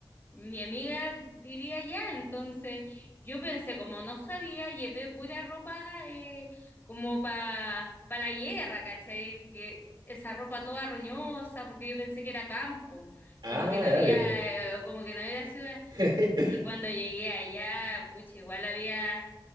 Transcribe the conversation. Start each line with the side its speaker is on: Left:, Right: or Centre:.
Left: Mi amiga vivía allá, entonces yo pensé, como no sabía, llevé pura ropa eh, como para pa pa la guerra, ¿cachai? Que esa ropa toda roñosa, porque yo pensé que era campo,
Right: Ah,
Left: como que no
Right: dale.
Left: había, eh, como que no había ciudad.
Right: <laughs>
Left: Y cuando llegué allá, pucha, igual había